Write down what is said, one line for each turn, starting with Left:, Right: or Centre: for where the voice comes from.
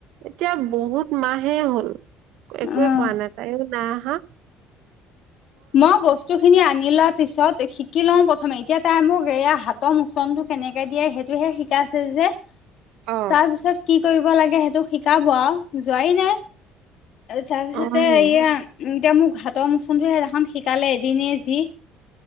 Right: এতিয়া বহুত মাহে হ'ল। একোৱেই
Left: উম
Right: পোৱা নাই তাইও নাই অহা
Left: মই বস্তু খিনি আনি লোৱা পিছত শিকি লঁও প্ৰথমে, এতিয়া তাই মোক এয়া হাতৰ মোচনটো কেনেকে দিয়ে সেইটোহে শিকাইছে যে।
Right: অ
Left: তাৰ পিছত কি কৰিব লাগে সেইটো শিকাব আৰু, যোৱাই নাই। আৰু তাৰপিছতে
Right: অ সেই
Left: ইয়ে এনেকে মোক হাতৰ মোচনটোহে এদিনাখন শিকালে, এদিন যি